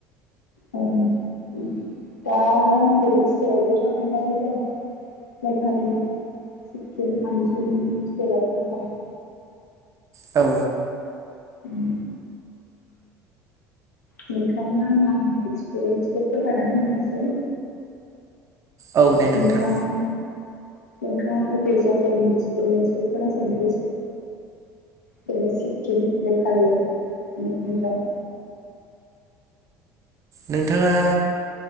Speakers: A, on the left; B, on the right.
A: उम उम दा आरो आं बेलेग स्टेटआवबो थांखांबाय जेनेबा मेघालया सिक्किम आनसोलनि स्टेटआव थांखांबाय।
B: औ
A: उम नोंथांनो आं आंनि एक्सपिरियेन्सखौ फोरमायनानै होनोसै।
B: औ दे नोंथां
A: नोंथाङा नोंथाङा अबे जायगानि एक्सपिरियेन्सखौ खोनासंनो गोसो। जेनेबा सिक्किम मेघालया पान्जाब
B: नोंथाङा